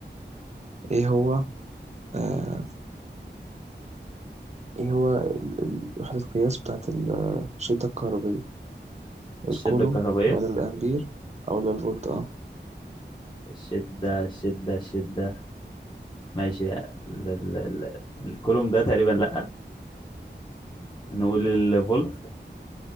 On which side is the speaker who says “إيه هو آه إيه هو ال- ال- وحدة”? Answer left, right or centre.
Right